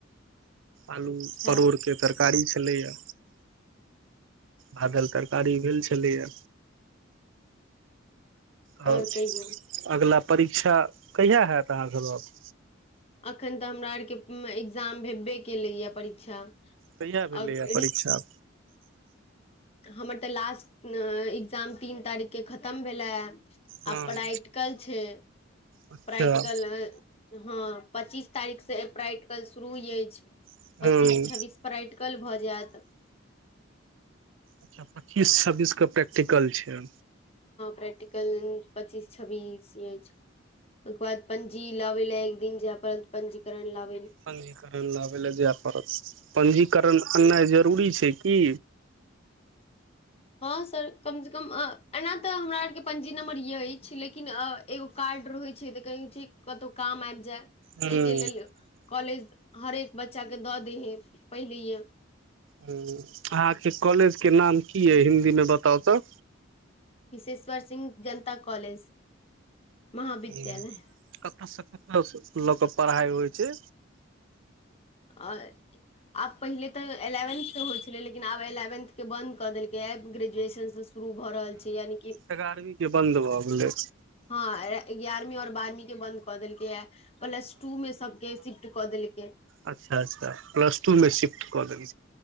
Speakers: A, on the right; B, on the left.
A: आलू
B: अच्छा
A: परोड़के तरकारी छलैए भादल तरकारी भेल छलैए हँ
B: आओर कहियौ
A: अगिला परीक्षा कहिया हैत अहाँके गप
B: अखन तऽ हमरा आरके एकग्जाम भेबे केलैए परीक्षा
A: कहिआा भेलैए
B: आओर
A: परीक्षा
B: हमर तऽ लास्ट एकग्जाम तीन तारीखके खतम भेलै आ
A: हँ
B: प्रा्टिकल छै
A: अच्छा
B: प्रै्टिकल हँ पच्चीस तारीख से प्रा्टिकल कल शुरू य
A: हूँ
B: पच्चीस छब्बीस प्रइ कल भऽ जायत
A: अच्छा पच्चीस छब्बीसके प्रैक्टिकल छै
B: प्रै्टिकल पच्चीस छब्बीस यछ ओ बाद पञजी लगै ल एक दिन ज पर पञजीकरण ल
A: पञ्जीकरण लाबय लए जाय पड़त पञजीकरण अननाइ जरूरी छै। की
B: हँ सर कम से कम एना तऽ हमरा आरके पंजी नम्बर य अछि लेकिन एगो कार रहे छै तऽ कही छै। कतौ काम आबि जाय एहिके
A: हूँ
B: लेल कॉलेज हरेक बच्चाके दऽ दै हइ पहिले यए
A: ह अहाँके कॉलेजके नाम की यइ हिंन्दीमे बताउ तऽ
B: विशेश्वर सिंह जनता कॉलेज महाविद्यालय
A: ह कतयसँ कतय लोकके पढ़ाइ होइ छै।
B: आ आब पहिले तऽ एलेवेन्थ होइत छलै लिन आब एलेवेंथ के बंन्द कऽ देलकै ग्रेजुएशन से शुरू भऽ रहल छै। यानि कि
A: एगारहवीं के बन्द भऽ गेलै
B: हँ एगारह बारहवीं और बारहवीं के बन्द कऽ देलकै ह प्लस टू मे सबके शिफ्ट कऽ देलकै
A: अच्छा अच्छा क्लस टू मे शिफ्ट कऽ देल